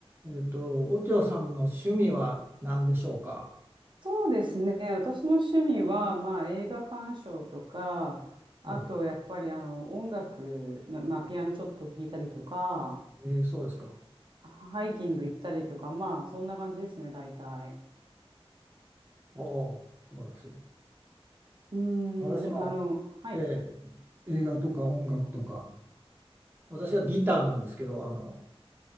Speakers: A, on the right; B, on the right.
A: えっと、おちょさんの趣味は何でしょうか
B: そうですね。私の趣味は、まあ、映画鑑賞とか、あと、
A: お、
B: やっぱり、あの、音楽の、まあ、ピアノちょっと弾いたりとか、
A: えーそうですか。
B: ハイキング行ったりとか、まあ、そんな感じですね、大体。
A: おお、素晴らしい。
B: うーん、
A: 私も、
B: あの、はい。
A: えー映画とか音楽とか、私はギターなんですけど、あの、